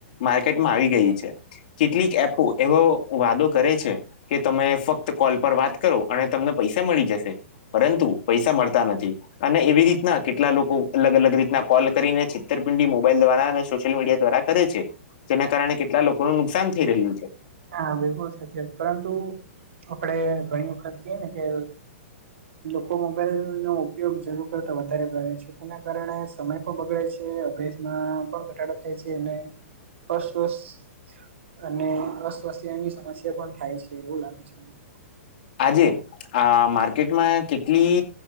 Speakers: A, on the left; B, on the right.
A: માર્કેટમાં આવી ગઈ છે. કેટલીક એપો એવો વાદો કરે છે કે તમે ફક્ત કોલ પર વાત કરો અને તમને પૈસા મળી જશે પરંતુ પૈસા મળતા નથી અને એવી રીત રિતના કેટલા લોકો અલગ અલગ રીતના કોલ કરીને છેતરપિંડી મોબાઈલ દ્વારા અને સોશિયલ મીડિયા દ્વારા કરે છે. જેના કારણે કેટલા લોકોને નુકસાન થઈ રહ્યું છે.
B: હા બિલકુલ સાચી વાત પરંતુ આપડે ઘણી વખત કે ને કે લોકો મોબાઈલ નો ઉપયોગ જરૂર કર વધારે નભે છે તેના કારણે સમય પણ બગડે છે અભ્યાસમાં પણ ઘટાડો થાય છે અને અસ્વસ્થ અને અસ તોસેન ની સમસ્યા પણ થાય છે એવું લાગે છે મને
A: આજે આ માર્કેટમાં કેટલી